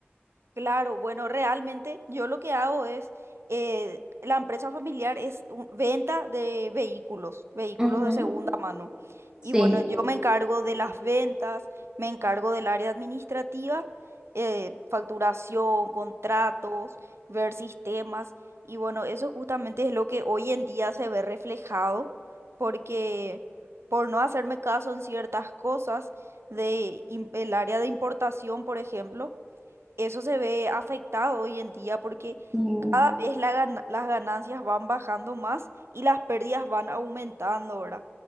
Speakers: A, on the right (about 75°); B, on the right (about 20°).
A: Claro, bueno, realmente yo lo que hago es, eh, la empresa familiar es un- venta de vehículos, vehículos
B: Ujú,
A: de segunda mano.
B: Sí,
A: Y bueno, yo me encargo de las ventas, me encargo del área administrativa, eh, facturación, contratos, ver sistemas. Y bueno, eso justamente es lo que hoy en día se ve reflejado, porque por no hacerme caso en ciertas cosas de im- el área de importación, por ejemplo, eso se ve afectado hoy en día porque
B: sí,
A: cada vez la gana- las ganancias van bajando más y las pérdidas van aumentando, ¿verdad?